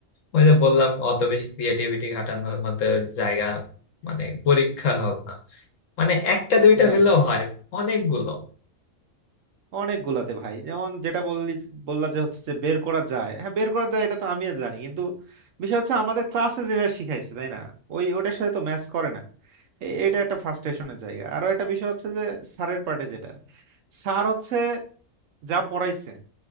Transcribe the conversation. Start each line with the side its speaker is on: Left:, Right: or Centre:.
Left: ওই যে বললাম অত বেশি ক্রিয়েটিভিটি ঘাটানোর মতো জায়গা মানে পরীক্ষার হবে না মানে একটা দুইটা
Right: রাইট
Left: হলেও হয় অনেকগুলো
Right: অনেকগুলাতে ভাই যেমন যেটা বললি বললা যে হচ্ছে যে বের করা যায় হ্যাঁ বের করা যায় এটা তো আমিও জানি কিন্তু বিষয় হচ্ছে আমাদের ক্লাসে যেভাবে শিখাইছে তাই না ওই ওটার সাথে তো ম্যাচ করে না এ- এটা একটা ফ্রাস্ট্রেশনের জায়গা আরো একটা বিষয় হচ্ছে যে স্যারের পার্টে যেটা স্যার হচ্ছে যা পড়াইছে